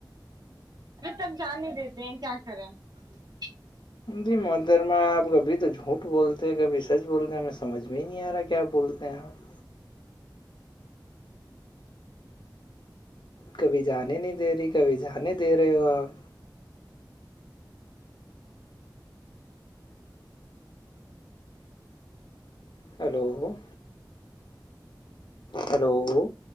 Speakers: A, on the right; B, on the left.
A: ارے تب جان ہی دیتے ہیں کیا کریں <unintelligible>
B: جی مترما آپ کبھی تو جھوٹ بولتے ہیں کبھی سچ بولتے ہیں ہمیں سمجھ میں نہیں آ رہا کیا بولتے ہیں آپ کبھی جانے نہیں دے رہی کبھی جانے دے رہے ہو آپ ہلو <unintelligible> ہلو <unintelligible>